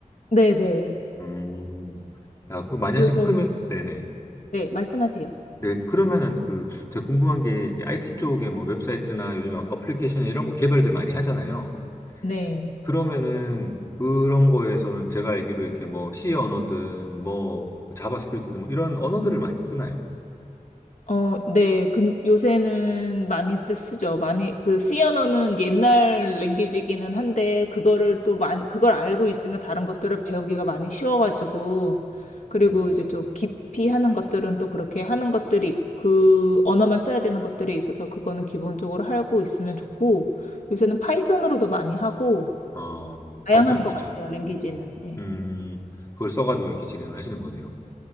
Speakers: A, on the left (about 60°); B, on the left (about 20°).
A: 네네.
B: 음. 아, 그거 많이
A: 그래서,
B: 하시니까, 그러면, 네네.
A: 네, 말씀하세요.
B: 네, 그러면은 그, 제가 궁금한 게, 이게 IT 쪽에 뭐 웹사이트나 요즘 어플리케이션 이런 거 개발들 많이 하잖아요.
A: 네.
B: 그러면은 그런 거에서는 제가 알기로 이렇게 뭐 C 언어든 뭐 자바스크립트든 뭐 이런 언어들을 많이 쓰나요?
A: 어, 네. 근 요새는 많이들 쓰죠. 많이, 그, C 언어는 옛날 랭귀지기는 한데, 그거를 또 많이, 그걸 알고 있으면 다른 것들을 배우기가 많이 쉬워가지고, 그리고
B: 음.
A: 이제 좀 깊이 하는 것들은 또 그렇게 하는 것들이, 그 언어만 써야 되는 것들이 있어서, 그거는 기본적으로 알고 있으면 좋고, 요새는 파이썬으로도 많이 하고,
B: 어,
A: 다양한
B: 파이썬,
A: 것
B: 그쵸.
A: 같아요, 랭귀지는.
B: 음,
A: 예.
B: 음, 그걸 써가지고 이렇게 진행을 하시는 거네요.